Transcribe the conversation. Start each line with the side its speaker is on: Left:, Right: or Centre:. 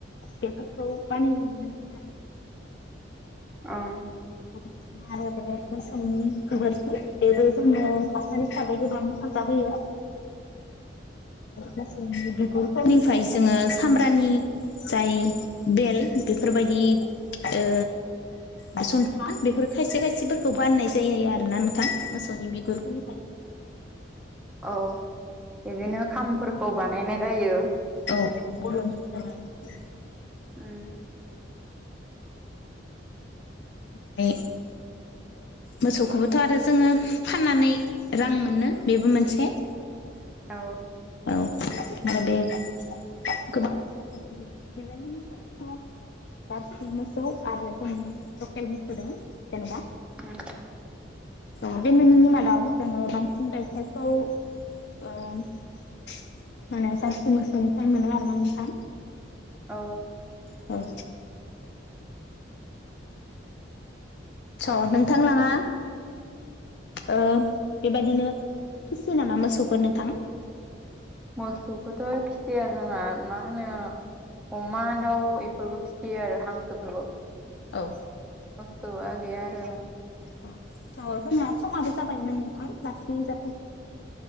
Left: बेफोरखौ बानायनो नुनो मोनो आरो।
Centre: ओं।
Left: <inaudible> आरो बे मोसौनि गोबोरखि बेबो जोंनो हासार हिसाबै गोबां हेफाजाब होयो।
Centre: <inaudible>
Left: मोसौ बिगुरफोरनिफ्राय जोङो सामब्रानि जाय बेल बेफोरबायदि ओ
Centre: <inaudible>
Left: बासन्था बेफोर खायसे खायसेफोरखौ बाननाय जायो आर ना नोंथां मोसौनि बिगुरफोरनिफ्राय।
Centre: औ इदिनो खामफोरखौ बानायनाय जायो।
Left: औ, बर'नि <unintelligible>
Centre: ओम।
Left: बे। मोसौखौबोथ' आरो जोङो फाननानै रां मोनो, बेबो मोनसे।
Centre: औ।
Left: औ ओमफ्राय बे गोबां <unintelligible> जारसि मोसौ आरो जों लकेल मोसौ दोङो जेनेबा
Centre: उम।
Left: अ बे मोननैनि मादाव जोङो बांसिन गायखेरखौ औ माने जारसि मोसौनिफ्राय मोनो ना नोंथां।
Centre: औ।
Left: औ। स' नोंथां लाङा। ओ बेबायदिनो फिसियो नामा मोसौफोर नोंथां?
Centre: मोसौखौथ' फिसिया जोंहा मा होनो अमा दाउ एफोरखौ फि फियो आरो हांसोफोरखौ
Left: औ
Centre: मोसौआ गैया आरो।
Left: अ जोंहा समाबो जाबायमोन नोंथां लाखि जा